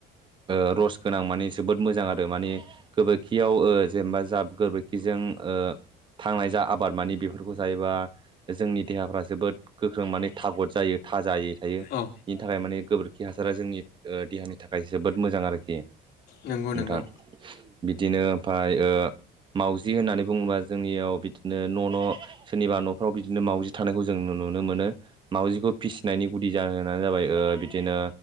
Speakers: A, on the right (about 25°); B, on the left (about 65°).
A: ओ रस गोनां माने जोबोद मोजां आरो मानि गोबोरखियाव ओ जेनेबा जाब गोबोरखिजों ओ थांनाय जा आबाद मानि बेफोरखौ जायोबा जोंनि देहाफ्रा जोबोद गोख्रों माने थागद जायो थाजायै थायो।
B: औ
A: बिनि थाखाय माने गोबोरखि हासारा जोंनि देहानि ओ थाखाय जोबोद मोजां आरोखि।
B: नंगौ
A: नोंथां
B: नंगौ।
A: बिदिनो ओमफाय ओ मावाउजि होननानै बुङोबा जोंनियाव बिदिनो न' न' सोरनिबा न'फ्राव बिदिनो मावजि थानायखौ जों नुनो मोनो मावजिखौ फिसिनायनि गुदि जाहोनानो जाबाय ओ बिदिनो